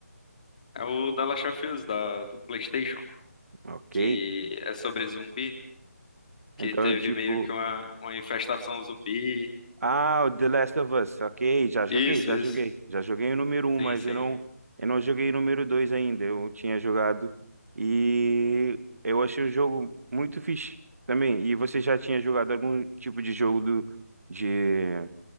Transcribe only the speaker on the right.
Ok.
Então,
tipo,
Ah, o The Last of Us, ok, já joguei,
já
joguei. Já joguei o número um,
mas
eu não, eu não joguei o número 2 ainda. Eu tinha jogado e eu achei o jogo muito fixe também. E você já tinha jogado algum tipo de jogo do, de,